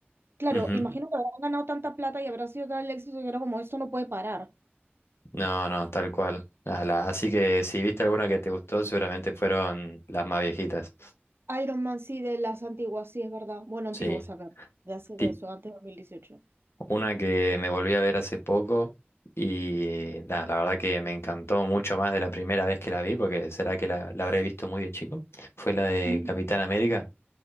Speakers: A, on the right; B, on the left.
A: Claro,
B: Ujú.
A: imagino que habrán ganado tanta plata y habrá sido tal el éxito que era como esto no puede parar.
B: No, no, tal cual. Ah, la- así que si viste alguna que te gustó, seguramente fueron las más viejitas.
A: Iron Man sí, de las antiguas, sí, es verdad. Bueno,
B: Sí,
A: antiguas, a ver, de hace
B: tip,
A: de eso, antes de 2018.
B: una que me volví a ver hace poco y nada, la verdad que me encantó mucho más de la primera vez que la vi, porque será que la, la habré visto muy de chico, fue la de
A: Mm,
B: Capitán América.